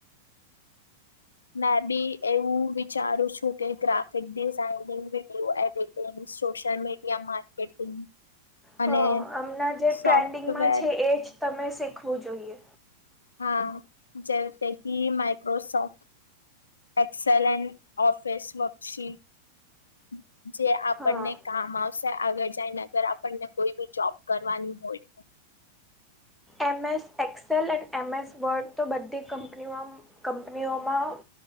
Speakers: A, on the left (about 80°); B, in the centre.
A: મેં બી એવું વિચારું છું કે graphic designing video edit social media marketing
B: હ
A: અને
B: હમણાં જે
A: સોફ્ટવેર
B: ટ્રેન્ડિંગમાં છે એ જ તમે શીખવું જોઈએ
A: હા જેવ તેં કી માઇક્રોસોફ્ટ એક્સેલેન ઓફિસ વર્કશીટ જે આપણને
B: હા
A: કામ આવશે આગળ જઈને અગર આપણને કોઈ બી જોબ કરવાની હોય
B: એમ એસ એક્સેલ અનેડ એમ એસ વર્ડ તો બધી કંપનીઓ કંપનીઓમાં